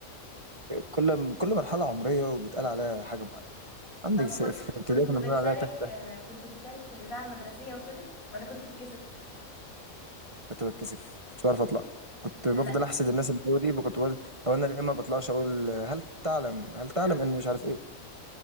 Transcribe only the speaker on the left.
مم.
طب
وكنت
كنت
بتشارك
آه، كنت بتشارك في الإذاعة المدرسية وكده ولا كنت بتتكسف؟
لا
آه.